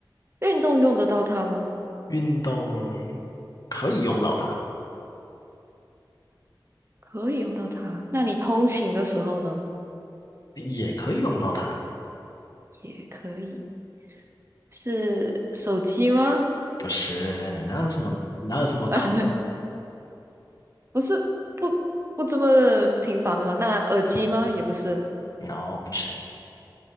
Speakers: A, on the right; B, on the left.
A: 运动用得到它吗？
B: 运动可以用到它，
A: 可以用到它。那你通勤的时候呢？
B: 也可以用到它，
A: 也可以。是手机吗？
B: 不是？哪有这么哪有这么坑
A: <laughs> 不是，不不这么频繁的吗？那耳机吗？也不是。
B: ？no，不是